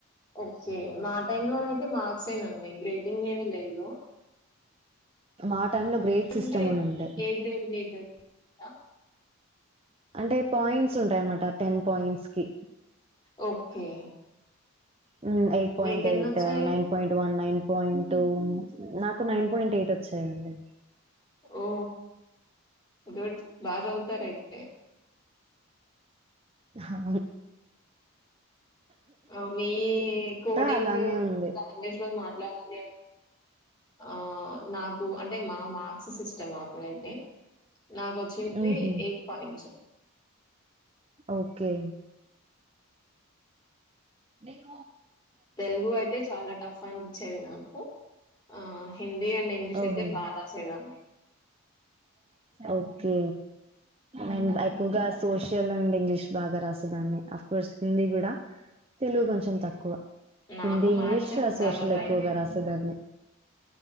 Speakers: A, on the left (about 20°); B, on the right (about 25°).
A: ఓకే మా టైమ్ లో నయితే మార్క్స యేనండి, గ్రేడింగ్ ఏమి లేదు.
B: మా టైమ్ లో గ్రేడ్
A: అంటే
B: సిస్టమ్
A: ఎలా
B: అని ఉండే
A: ఏ గ్రేడ్ బి గ్రేడ్ ఆ
B: అంటే పాయింట్స్ ఉంటాయన్నమాట, టెన్ పాయింట్స్ కి
A: okay
B: hmm eight point
A: మీకెన్నొచ్చాయి
B: eight nine point one nine point నాకు నైన్ పాయింట్ ఎయిట్ వచ్చాయండి
A: ఓ గుడ్ బాగా చదువుతారు అయితే
B: హా
A: ఆ మీ కోడింగ్
B: అలానే ఉంది.
A: లాంగ్వేజ్ లోని మాట్లాడాలి అంటే ఆ నాకు అంటే మా మార్క్స్ సిస్ స్టమ్ అప్పుడైతే నాకొచ్చింది
B: హుహు.
A: ఎయిట్ పాయింట్స్
B: ఓకే నేను
A: తెలుగు అయితే చాలా టఫ్ అం పిచ్చేవి నాకు ఆ హిం దీ అండ్ ఇంగ్లీష్
B: ఓహో!
A: అయితే బా రాసేదాన్ని.
B: ఓకే అండ్ ఎక్కువగా సోషల్ అండ్ ఇంగ్లీష్ బాగా రాసేదాన్ని, అఫ్ కోర్స్ హిందీ కూడా తెలుగు కొంచెం తక్కువ
A: నాకు
B: హిందీ ఇంగ్లీష్
A: మ్యాథ్స్ అంటే
B: ఆ సోషల్
A: చాలా భయం
B: ఎక్కువగా రాసేదాన్ని